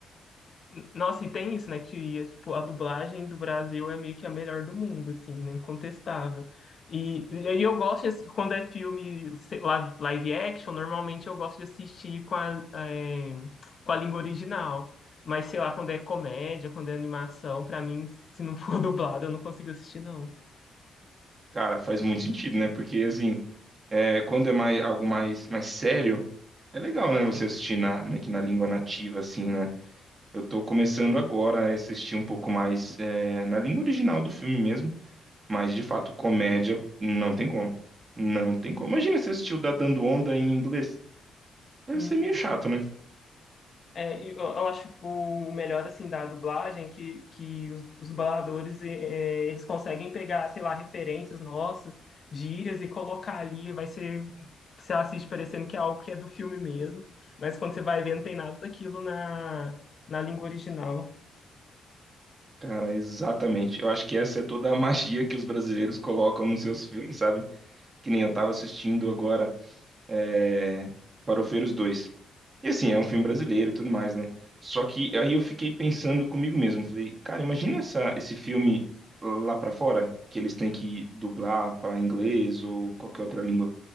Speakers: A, on the left; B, on the right.
A: N- Nossa, e tem isso, né, que é, tipo, a dublagem do Brasil é meio que a melhor do mundo, assim, né, incontestável. E, e aí eu gosto, de assi- quando é filme sei lá, live action, normalmente eu gosto de assistir com a, eh, com a língua original. Mas, sei lá, quando é comédia, quando é animação, pra mim, se não for <laughs> dublado, eu não consigo assistir, não.
B: Cara, faz muito sentido, né? Porque, assim, é, quando é mais, algo mais, mais sério, é legal, né? Você assistir na, meio que na língua nativa, assim, né? Eu tô começando agora a assistir um pouco mais, é, na língua original do filme mesmo. Mas, de fato, comédia não tem como. Não tem como. Imagina se assistiu da Dando Onda em inglês. Deve
A: Hum.
B: ser meio chato, né?
A: É, e eu, eu acho o melhor assim da dublagem é que, que os, os dubladores eh, eles conseguem pegar, sei lá, referências nossas, gírias e colocar ali, vai ser você assiste parecendo que é algo que é do filme mesmo, mas quando você vai ver não tem nada daquilo na, na língua original.
B: Cara, exatamente. Eu acho que essa é toda a magia que os brasileiros colocam nos seus filmes, sabe? Que nem eu tava assistindo agora é... Farofeiros 2. E assim, é um filme brasileiro e tudo mais, né? Só que aí eu fiquei pensando comigo mesmo. Falei, cara, imagina essa, esse filme lá pra fora, que eles têm que dublar pra inglês ou qualquer outra língua.